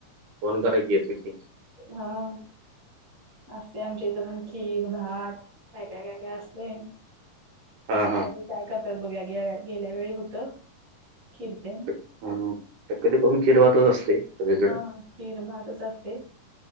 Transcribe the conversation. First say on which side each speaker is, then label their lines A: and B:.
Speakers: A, on the right; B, on the right.
A: फोन करा की, येतो की.
B: हं. असते आमच्या इथं पण खीर, भात काय काय काय. हे असते.
A: हा
B: आता यावेळी
A: हा
B: काय करतात बघ? या गे गेल्या वेळी होत. खीर तेन
A: हं हं. शक्यते करून खीर भातच असते. सगळीकडं
B: हं. खीर भातच असते.